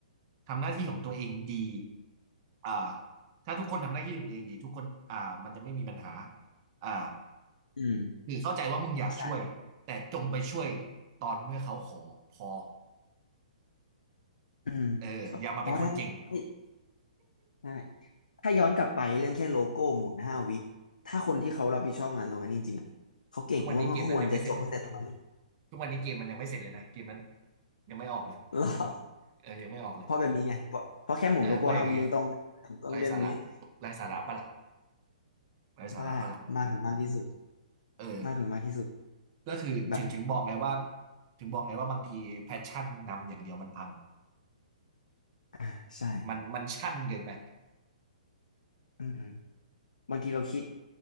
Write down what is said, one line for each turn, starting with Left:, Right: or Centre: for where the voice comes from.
Right: ทำหน้าที่ของตัวเองดีอ่าถ้าทุกคนทำหน้าที่ของตัวเองดีทุกคนอ่ามันจะไม่มีปัญหาอ่า
Left: อืม
Right: คือเข้าใจว่ามึงอยากช่วยแต่จงไปช่วย
Left: ใช่
Right: ตอนเมื่อเขาขอพอ
Left: อืมเพราะถ้าเฮ้ย
Right: เอออย่ามาเป็นคนเก่ง
Left: ได้ถ้าย้อนกลับไปเรื่องแค่โลโก้หมุนห้าวิถ้าคนที่เขารับผิดชอบงานตรงนั้นจริงๆอะเขาเก่งผมว่ามันก็ควรจะจบตั้งแต่ตรงนั้น
Right: ทุกวันนี้เกมนั้นยังไม่เสร็จเลยนะ
Left: <laughs>
Right: ทุกวันนี้เกมมันยังไม่เสร็จเลยนะเกมนั้นยังไม่ออกเลย
Left: แล้ว
Right: เออยังไม่ออกเลย
Left: เพราะแบบนี้ไงเพราะเพราะแค่หมุนโลโก้ห้าวิยังต้อง
Right: เออเพราะอย่างเงี้ย
Left: ต้องเรื่องมีด
Right: ไร้สาระไร้สาระปะล่ะไร้สาระปะล่ะ
Left: มากมากถึงมากที่สุด
Right: เออ
Left: มากถึงมากที่สุด
Right: ก็คือถึงถึงบอกไงว่า
Left: แบบ
Right: ถึงบอกไงว่าบางทีแพชชั่นนำอย่างเดียวมันพัง
Left: อ่าใช่
Right: มันมันชั่นเกินไป
Left: อืม บางทีเราคิด